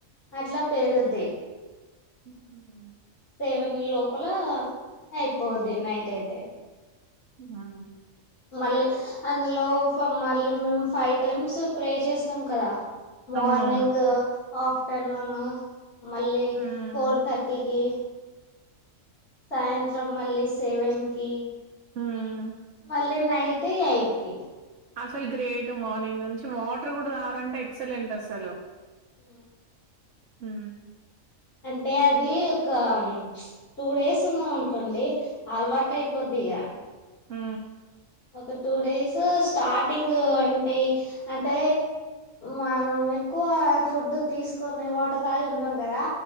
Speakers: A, on the left; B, on the right.
A: అట్లా పెరుగుద్ది
B: ఉహ
A: సెవెన్ లోపల అయిపోద్ది నైట్ అయితే
B: ఆ
A: మళ్ళీ అందులో మళ్ళీ మేము ఫైవ్ టైమ్స్ ప్రే చేస్తాం కదా మార్నింగ్
B: అవునవును.
A: ఆఫ్టర్నూన్ మళ్ళీ
B: హ్మ్.
A: ఫోర్ థర్టీకి సాయంత్రం మళ్ళీ సేవెన్ కి
B: హ్మ్.
A: మళ్ళీ నైట్ ఎయిట్ కి
B: అసలు గ్రేట్ మార్నింగ్ నుంచి వాటర్ కూడా తాగరంటే ఎక్సలెంట్ అసలు
A: ఉ
B: హ
A: అంటే అది ఒక టూ డేస్ ఉన్నాం అనుకోండి అలవాటు అయిపోద్దిగ
B: ఆ
A: ఒకట్ టూడేస్ స్టార్టింగ్ అంటే అంటే మనం ఎక్కువ ఫుడ్ తీసుకొని వాటర్ తాగి ఉంటాం కదా